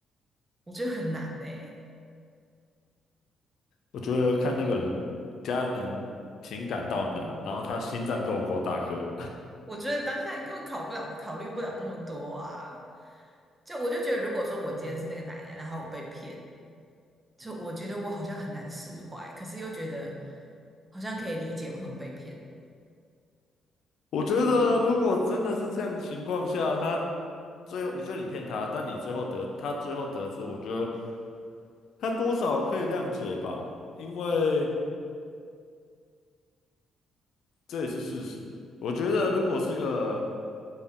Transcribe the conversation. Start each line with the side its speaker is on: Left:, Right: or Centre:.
Right: 我觉得很难嘞、
Left: 我觉得看那个人家人情感到哪，然后他心脏够不够大颗。<laughs>
Right: 我觉得当下你根本考不了，考虑不了那么多啊。就我就觉得，如果说我今天是那个奶奶，然后我被骗，就我觉得我好像很难释怀，可是又觉得好像可以理解为什么被骗。
Left: 我觉得如果真的是这样情况下，他最后你觉得你骗他，但你最后得他最后得知，我觉得他多少可以谅解吧，因为这也是事实。我觉得如果是个